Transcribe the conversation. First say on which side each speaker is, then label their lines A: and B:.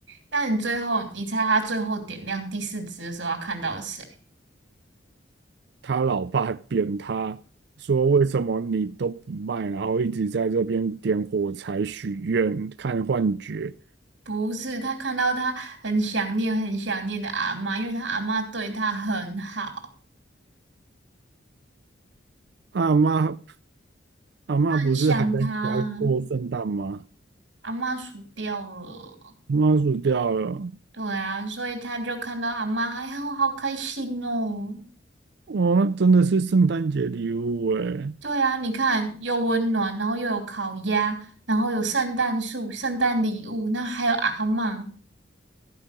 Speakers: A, on the right; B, on the right.
A: 但你最后，你猜他最后点亮第四支的时候，他看到谁？
B: 他老爸扁他说：“为什么你都不卖，然后一直在这边点火柴许愿、看幻觉？”
A: 不是，他看到他很想念、很想念的阿嬷，因为他阿嬷对他很好，
B: 阿妈阿妈不是还在家过圣诞吗？
A: 他很想他。阿嬷死掉了，
B: 阿妈死掉了，
A: 对啊，所以他就看到阿嬷，哎呀，我好开心哦。
B: 哇，那真的是圣诞节礼物诶。
A: 对啊，你看又温暖，然后又有烤鸭，然后有圣诞树、圣诞礼物，那还有阿嬷。